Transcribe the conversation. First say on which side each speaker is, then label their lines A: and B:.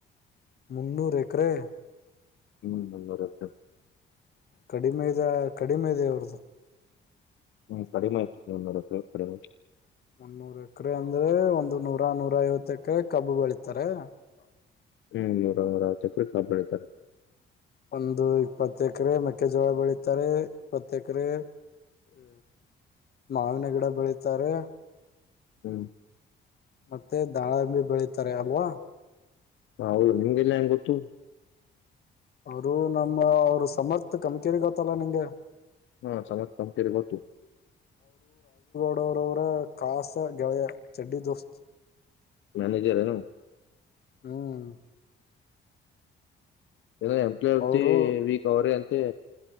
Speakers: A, on the left; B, on the left.
A: ಮುನ್ನೂರು ಎಕರೆ
B: ಇನ್ ಮರತ
A: ಕಡಿಮೆ ಇದೆ ಕಡಿಮೆ ಇದೆ ಅವ್ರ್ದು
B: ಹ್ಮ್ ಕಡಿಮೆ ಆತನ್ನೋಡ ಕಡಿ <unintelligible>
A: <inaudible>
B: ಹ್ಮ ನೂರರ ಆ ಚಕ್ರ ಕಬ್ಬಳ ಸರಿ <inaudible>
A: ಒಂದು ಇಪ್ಪತ್ತ ಎಕರೆ ಮೆಕ್ಕೆಜೋಳ ಬೆಳಿತಾರೆ ಇಪ್ಪತ್ತ ಎಕರೆ ಅ ಮಾವಿನ ಗಿಡ ಬೆಳಿತಾರೆ
B: ಹ
A: ಮತ್ತೆ ದಾಳಂಬಿ ಬೆಳಿತಾರೆ ಅಲ್ವಾ
B: ಹ ಹೌದು ನಿಮ್ಗೆಲ್ಲ ಹೆಂಗಗೆ ಗೊತ್ತು
A: ಅವರು ನಮ್ಮ ಅವರು ಸಮರ್ಥ ಕಮಿಕೇರಿ ಗೊತ್ತಲ್ಲ ನಿಂಗೆ
B: ಹಾ ಸಮತ್ ಕಂಕರಿತ ಗೊತ್ತು
A: ದಡವರವರ ಕಾಸ ಗೆಳೆಯ ಚಡ್ಡಿ ದೋಸ್ತ್
B: ಮ್ಯನೆೇಜರ್ ನು
A: ಹ್ಮ್
B: ೋ ಎಂಪ್ಲೈ ಅತಿ
A: ಅವರು
B: ವೀಕ್ ಅವ್ರೆ ಅಂತೆ